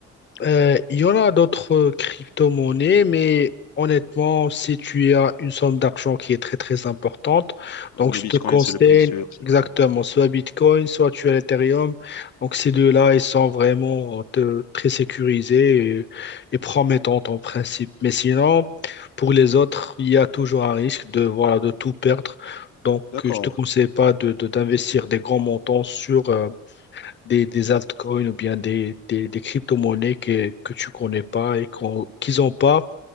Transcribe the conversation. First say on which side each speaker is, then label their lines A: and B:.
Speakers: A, on the left; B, on the left.
A: Euh, il y en a d'autres crypto-monnaies, mais honnêtement, si tu as une somme d'argent qui est très très importante, donc
B: Le
A: je
B: Bitcoin,
A: te conseille
B: c'est le plus sûr, j'imagine.
A: exactement soit Bitcoin, soit tu as l'Ethereum. Donc ces deux-là, ils sont vraiment te- très sécurisés et, et promettants en principe. Mais sinon, pour les autres, il y a toujours un risque de, voilà, de tout perdre. Donc
B: D'accord,
A: euh, je te conseille pas de, de- d'investir des grands montants sur, euh, des, des altcoins ou bien des, des, des crypto-monnaies que, que tu connais pas et qu'on- qu'ils n'ont pas